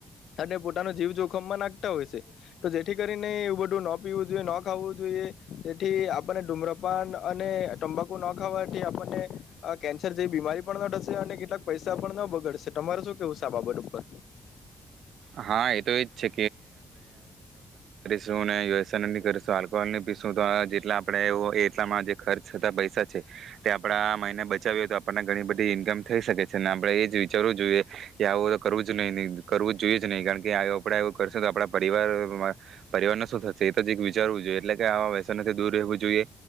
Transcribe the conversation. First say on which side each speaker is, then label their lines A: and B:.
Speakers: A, on the left; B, on the right.
A: અને પોતાનો જીવ જોખમમાં નાખતા હોય સે તો જેથી કરીને એ બધું ન પીવું જોઈએ ન ખું જોઈએ તેથી આપને ધૂમ્રપાન ને તંબાકુ ન ખાવાથી આપણને કેન્સર જેવી બીમારી પણ ન થશે અને કેટલાક પૈસા પણ ન બગડશે તમારે શું કેવું સે આ બાબત ઉપર?
B: હા એ તો એજ છે જો ને યુએસન કરીશું આલ્કોહોલ ની પીસું તો જેટલા આપણે એટલામાં જે ખર્ચ થતા પૈસા છે તે આપડા આ મહિને બચાવએ તો આપણને ઘણી બધી ઈન્કમ થઈ શકે છે અને આપણે એજ વિચારવું જોઈએ કે આવું તો કરવું જ નહી કરવું જ જોઈએ જ નહીં કારણ કે <unintelligible> આપણે એવું કરશું તો આપડા પરિવાર પરિવારનો શું થશે એ તો જીક વિચારવું જોઈએ એટલે કે આ વ્યસથી દૂર રહેવું જોઈએ.